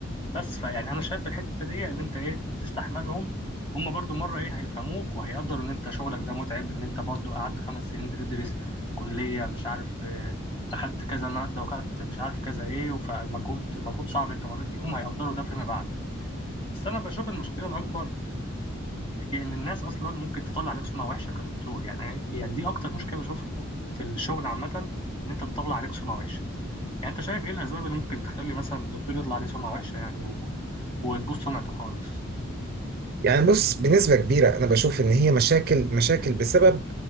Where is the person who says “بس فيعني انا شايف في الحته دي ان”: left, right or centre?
Left